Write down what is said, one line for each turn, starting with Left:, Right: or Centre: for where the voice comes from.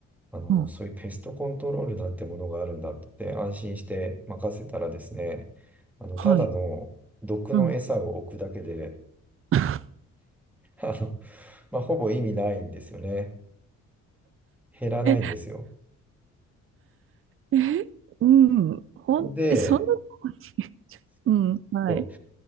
Centre: あの、
Right: うん、
Centre: そういうペストコントロールなんてものがあるんだって言って安心して任せたらですね、あの、
Right: はい、
Centre: ただの毒の餌を置くだけで、
Right: うん。<laughs>
Centre: あの、まあ、ほぼ意味ないんですよね。減らないんですよ。
Right: え、え、うん、ほん、
Centre: で、
Right: え、そんなとこに <laughs> うん、はい、
Centre: そう。